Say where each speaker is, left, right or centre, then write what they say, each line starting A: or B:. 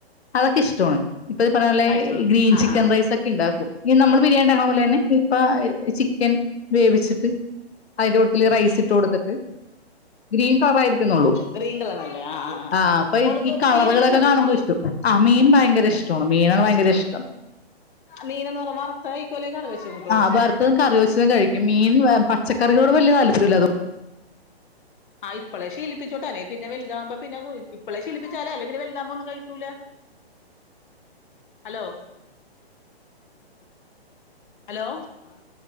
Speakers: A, on the left; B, on the left.
A: അതൊക്കെ ഇഷ്ടാണ് ഇപ്പൊ ഇത് പറഞ്ഞോലെ
B: കഴിച്ചോളും
A: ഗ്രീൻ
B: ആ
A: ചിക്കൻ
B: ആ
A: റൈസൊക്കെണ്ടാക്കും ഈ നമ്മള് ബിരിയാണിണ്ടാക്കണ പോലെന്നെ ഇപ്പ ചിക്കൻ വേവിച്ചിട്ട് അതിന്റെ കൂട്ടത്തില് റൈസ് ഇട്ട് കൊടുത്തിട്ട് ഗ്രീൻ കളറായിരി ക്കുന്നുള്ളൂ
B: ഗ്രീൻ കളറല്ലേ ആ ആ ആ
A: ആഹ് അപ്പൊ
B: മോൾക്ക്
A: ഈ കളറുകളൊക്കെ
B: മീനെല്ലാം കൂട്ടോ
A: കാണുമ്പോ
B: മോള്
A: ഇഷ്ടം ആ മീൻ ഭയങ്കര ഇഷ്ടോണ് മീനാണ് ഭയങ്കര
B: ഇഷ്ടമാണ്
A: ഇഷ്ടം
B: മീനെന്ന് പറഞ്ഞ <unintelligible>
A: ആ
B: ചേച്ചി
A: വർത്തതും കറി വെച്ചതും കഴിക്കും മീൻ പച്ചക്കറികളോട് വല്ലാ താൽ പര്യല്ലാത്
B: ആ ഇപ്പളെ ശീലിപ്പിച്ചോട്ടോ അല്ലേ പിന്നെ വലുതാകുമ്പോ പിന്നെ ഇപ്പളെ ശീലിപ്പിച്ചാല അല്ലേ പിന്നെ വലുതാവുമ്പൊന്നും കഴിക്കൂല ഹലോ ഹലോ